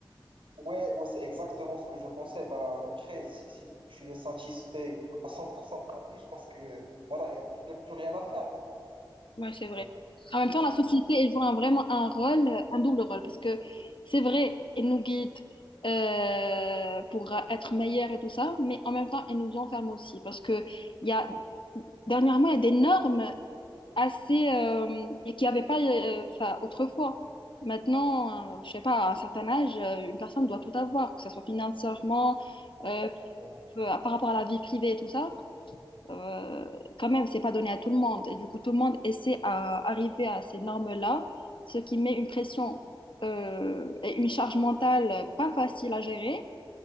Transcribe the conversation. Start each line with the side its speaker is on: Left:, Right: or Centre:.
Right: Ouais, ouais, c'est exactement ce que je pensais. Bah, après, si, si tu es satisfait à cent pour cent de ta vie, je pense que voilà, il n'y a, plus- y a plus rien à faire.
Left: Ouais, c'est vrai.
Right: Euh,
Left: En même temps, la société, elle joue un- vraiment un rôle, euh, un double rôle, parce que c'est vrai, elle nous guide euh, pour être meilleure et tout ça, mais en même temps, elle nous enferme aussi, parce que il y a, dernièrement, il y a des normes assez, euh, et qu'il n'y avait pas euh, enfin, autrefois. Maintenant, euh, je sais pas, à un certain âge, euh, une personne doit tout avoir, que ce soit financièrement, euh,
Right: bah,
Left: euh, par rapport à la vie privée et tout ça euh, quand même, c'est pas donné à tout le monde. Et du coup, tout le monde essaie à arriver à ces normes-là, ce qui met une pression euh, et une charge mentale pas facile à gérer.